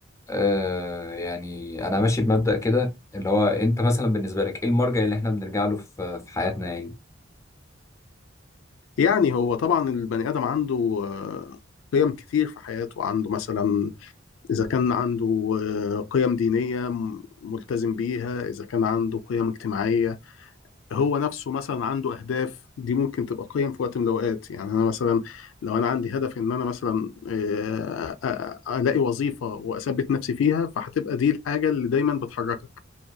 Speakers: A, on the left; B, on the left.
A: آه يعني انا ماشي بمبدأ كده اللي هو انت مثلا بالنسبة لك ايه المرجع اللي احنا بنرجع له في في حياتنا يعني
B: يعني هو طبعا البني ادم عنده آه، قيم كتير في حياته عنده مثلا اذا كان عنده آه، قيم دينيه ملتزم بيها اذا كان عنده قيم اجتماعيه هو نفسه مثلا عنده اهداف دي ممكن تبقى قيم في وقت من الاوقات يعني انا مثلا لو انا عندي هدف ان انا مثلا آه، أ- أ- الاقي وظيفه واثبت نفسي فيها فهتبقى دي الحاجه اللي دايما بتحركك